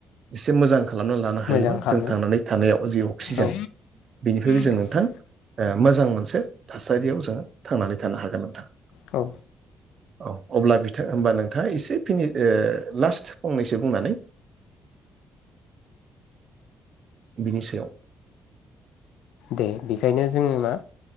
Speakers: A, on the right (about 50°); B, on the left (about 85°).
A: एसे मोजां खालामना लानो
B: मोजां
A: हायोबा
B: खालामनो
A: जों थांनानै थानायाव जि अक्सिजेन
B: औ
A: बिनिफ्रायबो
B: औ
A: जों नोंथां मोजां मोनसे थासारियाव जोङो थांनानै थानो हागोन नोंथां।
B: औ
A: औ अब्ला बिथा होमबा नोंथाङा एसे फिनि ओ लास्ट फंनैसो बुंनानै बिनि सायाव।
B: दे बेखायनो जोङो मा